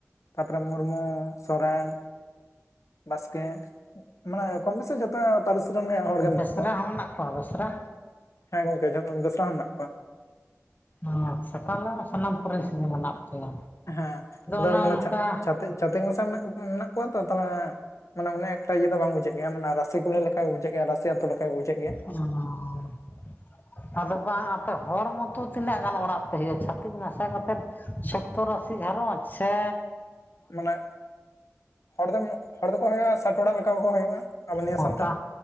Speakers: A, on the left (about 75°); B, on the left (about 35°).
A: ᱛᱟᱯᱚᱨᱮ ᱢᱩᱨᱢᱩ, ᱥᱚᱨᱮᱱ ᱵᱟᱥᱠᱮ ᱢᱟᱱᱮ ᱠᱚᱢ ᱵᱮᱥᱤ ᱡᱚᱛ -ᱛᱚ ᱯᱟᱨᱤᱥ ᱨᱮᱱ ᱜᱮ ᱦᱚᱲ ᱜᱮ
B: ᱵᱮᱥᱨᱟ
A: ᱢᱮᱱᱟᱜ ᱠᱚᱣᱟ᱾
B: ᱦᱚᱸ ᱢᱮᱱᱟᱜ ᱠᱚᱣᱟ ᱵᱮᱥᱨᱟ
A: ᱦᱮᱸ ᱜᱚᱝᱠᱮ ᱡᱚᱛᱚ ᱵᱮᱥᱨᱟ ᱦᱚᱸ ᱢᱮᱱᱟᱜ ᱠᱚᱣᱟ᱾
B: ᱮᱸ ᱥᱮ ᱛᱟᱦᱞᱮ ᱥᱟᱱᱟᱢ ᱯᱟᱹᱨᱤᱥ ᱜᱮ ᱢᱮᱱᱟᱜ ᱯᱮᱭᱟ᱾
A: ᱦᱮᱸ ᱟᱫᱚ
B: ᱚᱱᱮ ᱚᱱᱠᱟ
A: ᱢᱟᱱᱮ ᱪᱷᱟᱛ ᱪᱷᱟᱛᱤᱠ ᱪᱷᱟᱛᱤᱠ ᱢᱮᱥᱟ ᱢᱮᱱᱟᱜ ᱠᱚᱣᱟ ᱛᱚ ᱛᱟᱦᱞᱮ ᱢᱟᱱᱮ ᱩᱱᱟ ᱮᱠᱴᱟ ᱤᱭᱟᱹ ᱫᱚ ᱵᱟᱝ ᱵᱩᱡᱷᱟᱹᱜ ᱜᱮᱭᱟ ᱢᱟᱱᱮ ᱨᱟᱥᱤ ᱠᱩᱞᱤ ᱞᱮᱠᱟ ᱜᱮ ᱵᱩᱡᱷᱟᱹᱣ ᱜᱮᱭᱟ ᱨᱟᱹᱥᱤ ᱟᱹᱛᱩ ᱞᱮᱠᱟ ᱵᱩᱡᱷᱟᱹᱜ ᱜᱮᱭᱟ᱾
B: <unintelligible> ᱟᱫᱚ ᱵᱟᱝ ᱟᱯᱮ ᱦᱚᱲ ᱢᱚᱛᱚ ᱛᱤᱱᱟᱹᱜ ᱜᱟᱱ ᱚᱲᱟᱜ ᱯᱮ ᱦᱩᱭᱩᱜᱼᱟ ᱪᱷᱟᱹᱛᱤᱠ ᱢᱟᱥᱟ ᱠᱟᱛᱮᱫ? ᱥᱚᱛᱛᱚᱨ ᱟᱥᱤ ᱜᱷᱟᱨᱚᱸᱡᱽ ᱥᱮ
A: ᱢᱟᱱᱮ ᱦᱚᱲ ᱫᱚ ᱦᱚᱲ ᱫᱚᱠᱚ ᱦᱩᱭᱩᱜᱼᱟ ᱥᱟᱴ ᱚᱲᱟᱜ ᱞᱮᱠᱟ ᱠᱚᱠᱟ ᱦᱩᱭᱩᱜᱼᱟ᱾ ᱟᱵᱚ ᱱᱤᱭᱟᱹ
B: ᱛ
A: ᱥᱟᱱᱛᱟᱲ
B: ᱛᱟ